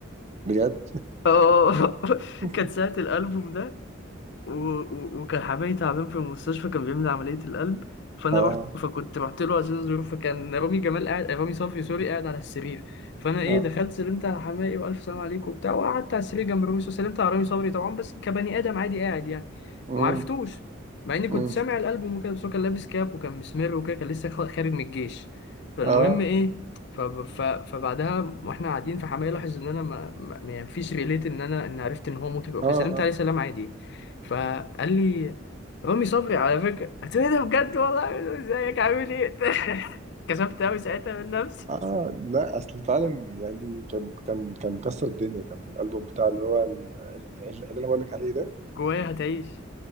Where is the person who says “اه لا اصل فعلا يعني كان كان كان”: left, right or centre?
Right